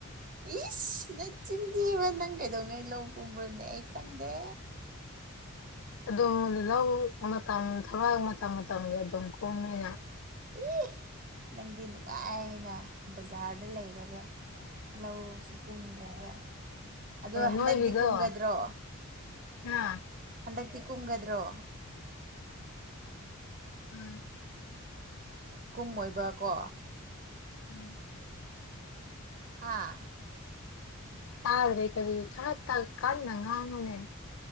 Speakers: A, on the right; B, on the left.
A: ꯏꯁ ꯅꯆꯤꯟ ꯊꯤꯕ ꯅꯪ ꯀꯩꯗꯧꯉꯩ ꯂꯧ ꯀꯨꯝꯕ꯭ꯔꯣꯅꯦ ꯑꯩ ꯈꯪꯗꯦ
B: ꯑꯗꯨꯝ ꯂꯧ ꯃꯇꯝ ꯊꯕꯛ ꯃꯇꯝ ꯃꯇꯝꯒꯤ ꯑꯗꯨꯝ ꯀꯨꯝꯃꯤꯅ
A: ꯏ ꯅꯪꯗꯤ ꯅꯨꯡꯉꯥꯏꯅ ꯕꯖꯥꯔꯗ ꯂꯩꯔꯒ ꯂꯧꯁꯨ ꯀꯨꯝꯗ꯭ꯔꯒ ꯑꯗꯣ ꯍꯟꯗꯛꯇꯤ
B: ꯅꯣꯏꯒꯤꯗꯣ
A: ꯀꯨꯝꯒꯗ꯭ꯔꯣ
B: ꯍꯥ
A: ꯍꯟꯗꯛꯇꯤ ꯀꯨꯝꯒꯗ꯭ꯔꯣ
B: ꯎꯝ
A: ꯀꯨꯝꯃꯣꯏꯕ ꯀꯣ
B: <unintelligible>
A: ꯍꯥꯥ
B: ꯇꯥꯗ꯭ꯔꯦ ꯀꯔꯤ ꯈꯔ ꯇ ꯀꯟꯅ ꯉꯥꯡꯉꯨꯅꯦ